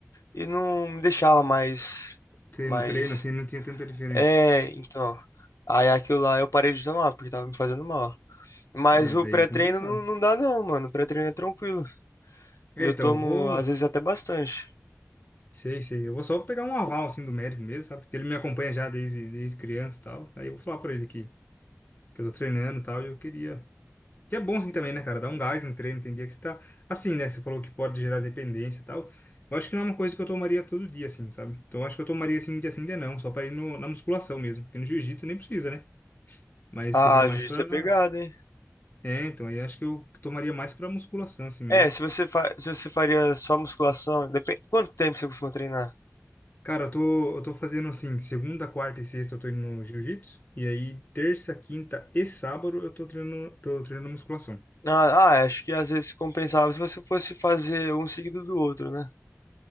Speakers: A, on the left; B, on the left.
A: e não me deixava mais,
B: Ter
A: mais,
B: no treino assim não tinha tanta diferença.
A: é, então, aí aquilo lá eu parei de tomar, porque tava me fazendo mal. Mas
B: É,
A: o
B: daí
A: pré-treino
B: é complicado.
A: não, não dá não, mano, o pré-treino é tranquilo,
B: É,
A: e eu
B: então
A: tomo,
B: eu vou,
A: às vezes, até bastante.
B: sei, sei, eu vou só pegar um aval assim do médico mesmo, sabe? Porque ele me acompanha já desde, desde criança e tal. Aí eu vou falar pra ele que, que eu tô treinando e tal e eu queria. Que é bom assim também, né, cara? Dar um gás no treino, tem dia que você tá. Assim, né? Você falou que pode gerar dependência e tal. Eu acho que não é uma coisa que eu tomaria todo dia, assim, sabe? Então eu acho que eu tomaria assim, um dia sim, um dia não, só pra ir no, na musculação mesmo. Porque no jiu-jitsu nem precisa, né? Mas
A: Ah,
B: seria mais
A: jiu-jitsu
B: pra.
A: é pegado, hein?
B: É, então, aí acho que eu tomaria mais pra musculação assim mesmo.
A: É, se você, fa se você faria só musculação, depende, quanto tempo você costuma treinar?
B: Cara, eu tô, eu tô fazendo assim, segunda, quarta e sexta eu tô indo no jiu-jitsu, e aí terça, quinta e sábado eu tô treinando, tô treinando musculação.
A: Ah, ah, acho que às vezes compensava se você fosse fazer um seguido do outro, né?